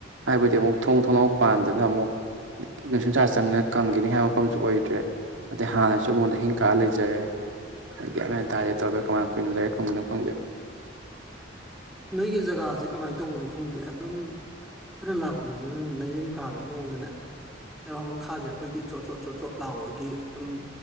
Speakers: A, on the right; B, in the centre.
A: ꯍꯥꯏꯕꯗꯤ ꯑꯃꯨꯛ ꯊꯣꯡ ꯊꯣꯡꯅꯥꯎ ꯄꯥꯟꯗꯅ ꯑꯃꯨꯛ ꯅꯨꯡꯁꯤ ꯁꯥ ꯆꯪꯅ ꯀꯪꯈꯤꯅꯤ ꯍꯥꯏꯕ ꯃꯐꯝꯁꯨ ꯑꯣꯏꯗ꯭ꯔꯦ ꯑꯗꯩ ꯍꯥꯟꯅꯁꯨ ꯑꯩꯉꯣꯟꯗ ꯍꯤꯡ ꯀꯥ ꯂꯩꯖꯔꯦ ꯃꯥꯏꯅ ꯇꯥꯦ ꯇꯧꯔꯒꯦ ꯀꯃꯥꯏ ꯀꯨꯏꯅ ꯂꯩꯔ ꯈꯪꯗꯣꯏꯅꯣ ꯈꯪꯒꯦ
B: ꯅꯣꯏꯒꯤ ꯖꯒꯥꯁꯦ ꯀꯃꯥꯏꯅ ꯇꯧꯕꯅꯣ ꯈꯪꯗꯦ ꯑꯗꯨꯝ ꯑꯩꯈꯣꯏꯅ ꯂꯥꯛꯄꯗꯁꯨ ꯂꯩꯥꯏꯔꯦꯟ ꯀꯥꯕꯒꯤ ꯃꯑꯣꯡꯗꯅꯦ ꯂꯩꯕꯥꯛ ꯃꯈꯥꯁꯦ ꯑꯩꯈꯣꯏꯒꯤ ꯆꯣꯠ ꯆꯣꯠ ꯆꯣꯠ ꯆꯣꯠ ꯂꯥꯎꯕꯒꯤ ꯑꯗꯨꯝ